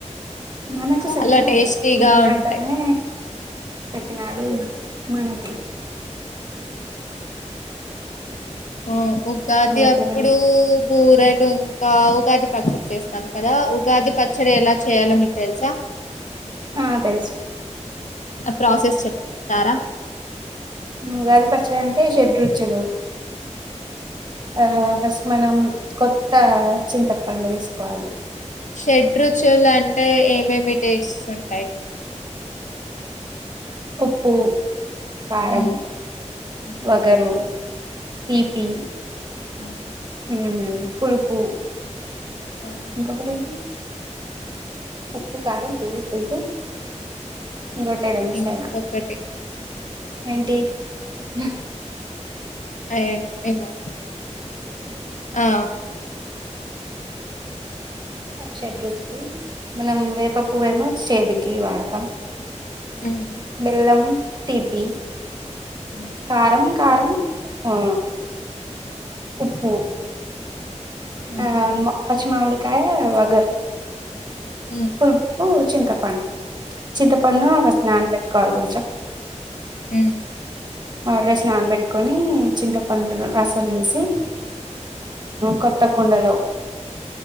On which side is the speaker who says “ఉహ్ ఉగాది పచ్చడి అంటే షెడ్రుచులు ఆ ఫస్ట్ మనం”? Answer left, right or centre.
Right